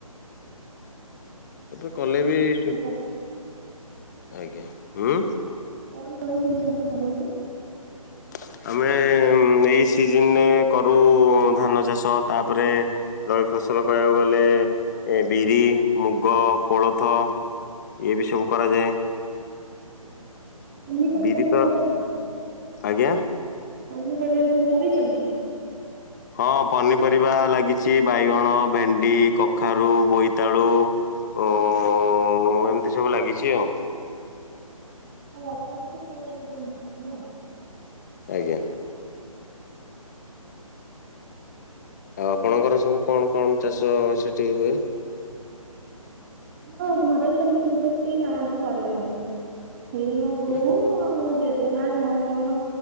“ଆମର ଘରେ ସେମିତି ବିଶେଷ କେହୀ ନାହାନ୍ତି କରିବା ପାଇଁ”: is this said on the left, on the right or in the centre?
Right